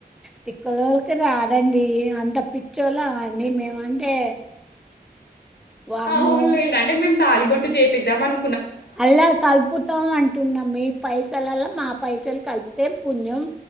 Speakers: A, in the centre; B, on the left.
A: తిక్కలోలకి రాదండి. అంత పిచ్చోలా అండి మేమంటే. వామ్మో
B: ఆహ్ అవునులే అంటే మేం. తాలిబొట్టు చేపిద్దాం మన్
A: అల్లా కలుపుతాం అంటున్నా మీర్ పైసల్లా మా పైసలు కలుప్ పంచం పుణ్యం